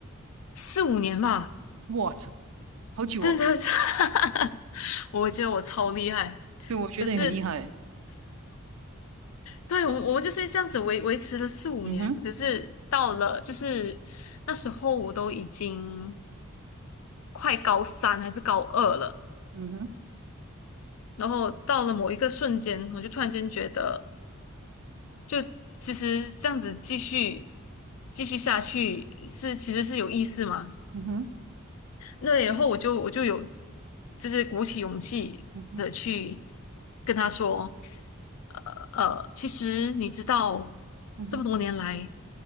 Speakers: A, on the left (about 80°); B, on the right (about 70°).
A: 四五年吧，
B: ，What，好久哦，
A: 真的是，<laughs> 我觉得我超厉害，
B: 对，我觉得你很厉害，
A: 可是。对，我们我们就是这样子维维持了四五年，
B: 嗯哼，
A: 可是到了就是那时候我都已经快高三还是高二了，
B: 嗯哼，
A: 然后到了某一个瞬间，我就突然间觉得，就其实这样子继续继续下去是其实是有意思吗？
B: 嗯哼，
A: 对，然后我就我就有就是鼓起勇气的去
B: 嗯哼，
A: 跟他说，呃呃，其实你知道
B: 嗯哼，
A: 这么多年来，